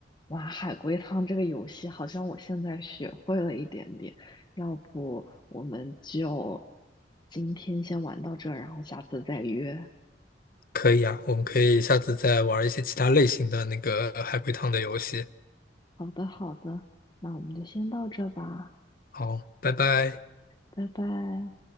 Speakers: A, on the left (about 25°); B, on the left (about 55°).
A: 玩海龟汤这个游戏，好像我现在学会了一点点。要不我们就今天先玩到这儿，然后下次再约。
B: 可以啊，我们可以下次再玩一些其他类型的那个海龟汤的游戏。
A: 好的，好的，那我们就先到这吧，
B: 好，拜拜。
A: 拜拜。